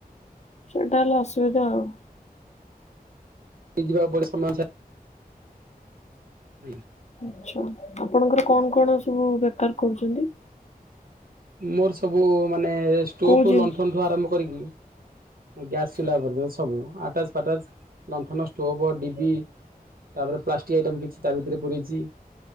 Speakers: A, on the left; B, on the right.
A: ସେଇଟା ହେଲେ ଅସୁବିଧା ହବ।
B: <unintelligible> ଆଜ୍ଞା।
A: ଆଚ୍ଛା ଆପଣଙ୍କର କଣ କଣ ସବୁ ବେପାର କରୁଚନ୍ତି?
B: ମୋର ସବୁ ମାନେ ଷ୍ଟୋଭ
A: କୋଉ ଜିନିଷ
B: ଲଣ୍ଠଣ ଠୁ ଆରମ୍ଭ କରିକି। ମୁଁ ଗ୍ୟାସ ଚୁଲା ପ ସବୁ ଆଟାଚ ଫାଟାଚ ଲଣ୍ଠନ ଷ୍ଟୋଭ ଡିବି ତାପରେ ପ୍ଲାଷ୍ଟିକ ଆଇଟମ କିଛି ତା ଭିତରେ ପୂରେଇଛି